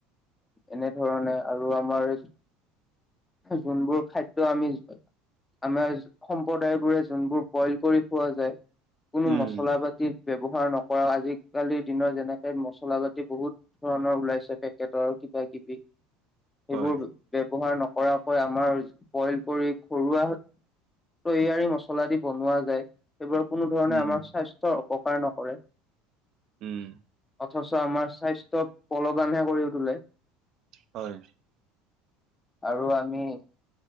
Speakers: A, on the left (about 20°); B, on the right (about 50°).
A: এনেধৰণে আৰু আমাৰ যোনবোৰ খাদ্য আমি- আমাৰ সম্প্ৰদায়বোৰে যোনবোৰ বইল কৰি খোৱা যায় কোনো
B: উম,
A: মছলা পাতি- ব্যৱহাৰ নকৰাও আজিকালিৰ দিনত যেনেকে মচলা জাতি বহুত ধৰণৰ ওলাইছে পেকেটৰ- কিবা কিবি সেইবোৰ
B: হয়,
A: ব্যৱহাৰ নক- কৰাকৈ আমাৰ বইল কৰি ঘৰুৱা- তৈয়াৰী মছলা দি বনোৱা যায়। সেইবোৰ কোনো ধৰণে
B: উম।
A: আমাৰ স্বাস্থ্যৰ অপকাৰ নকৰে
B: উম,
A: অথচ আমাৰ স্বাস্থ্য বলৱানহে কৰি তোলে
B: হয়।
A: আৰু আমি-